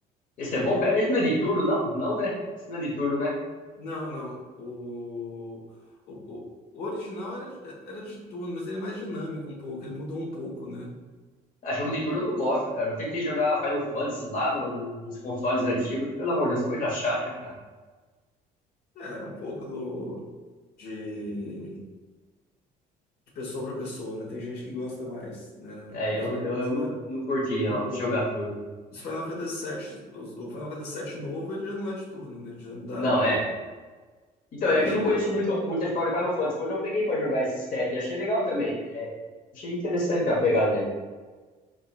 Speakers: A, on the left; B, on the left.
A: Esse é bom, cara? Esse não é de turno, não? Não, né? Esse não é de turno, né?
B: Não, não. O, o, o- o original era, era de turno, mas ele é mais dinâmico um pouco. Ele mudou um pouco, né?
A: Ah, jogo de turno eu não gosto, cara. Eu tentei jogar Final Fantasy lá no- no- nos consoles antigos. Pelo amor de Deus, coisa chata, cara.
B: É, um pouco do de, de pessoa para pessoa, né? Tem gente que gosta mais, né?
A: É,
B: Mas
A: eu,
B: uma
A: eu,
B: coisa.
A: eu não, não curti,
B: O,
A: não, jogar
B: o,
A: turno.
B: os Final Fantasy VII, os- o Final Fantasy VII novo, ele já não é de turno, né? Eles já mudaram
A: Não,
B: um pouco.
A: é. Então,
B: É
A: é
B: mais
A: que eu
B: dinâmico.
A: não conheço muito, muita história de Final Fantasy, mas eu peguei pra jogar esse set e achei legal também. É, achei interessante a pegada dele.